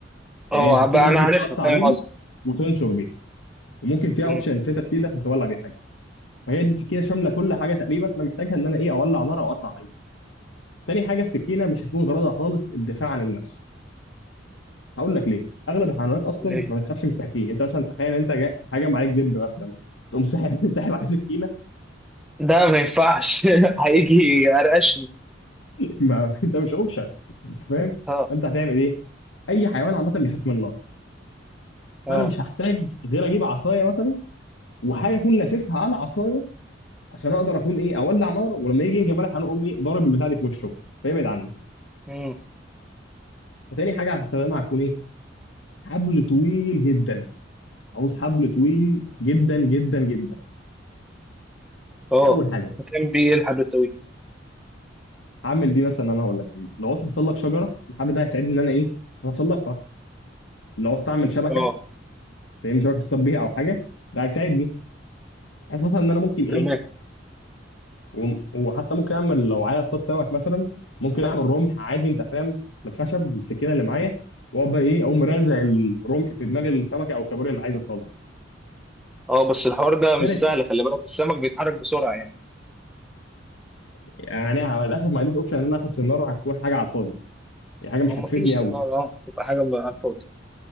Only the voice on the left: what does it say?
يعني
هي سكينه
ممكن
تقطع
بيها
وتنشر بيها وممكن فيها
اوبشن الفلينت اند ستيل ده عشان تولع بيها حاجه فهي دي السكينه شامله كل حاجه تقريبا انا محتاجها ان انا ايه اولع نار او اقطع حاجه تاني حاجه السكينه مش هتكون غرضها خالص الدفاع عن النفس هقول لك ليه اغلب الحيوانات اصلا
ما بتخافش من السكاكين انت مثلا تخيل انت جا... هجم عليك دب مثلا تقوم ساحب <laughs> ساحب عليه سكينه
ما... <laughs> انت مش اوبشن انت فاهم
انت هتعمل ايه اي حيوان عامه بيخاف من النار
فانا مش هحتاج غير اجيب عصايه مثلا وحاجه اكون لاففها على عصايه عشان اقدر اكون ايه اولع نار ولما يجي يجي ملح هنقوم ايه ضارب البتاع دي في وشه فيبعد عني
فتاني حاجه هستخدمها هتكون ايه حبل طويل جدا عاوز حبل طويل جدا جدا جدا
دي اول حاجه
هعمل بيه مثلا انا هقول لك لو عاوز اوصل لك شجره الحبل ده هيساعدني ان انا ايه اوصلقها لو عاوز اعمل شبكه
فاهمني شبكه اصطاد بيها او حاجه ده هيساعدني عايز مثلا ان انا ممكن ايه
و- وحتى ممكن اعمل لو عايز اصطاد سمك مثلا ممكن اعمل رمح عادي انت فاهم من الخشب بالسكينه اللي معايا واقعد بقى ايه اقوم رازع الرمح في دماغ السمكه او الكابوريا اللي عايز اصطادها
ثالث
يعني أنا للاسف ما عنديش اوبشن ان انا اخد سناره هتكون حاجه على الفاضي هي حاجه
مش
هتفيدني
قوي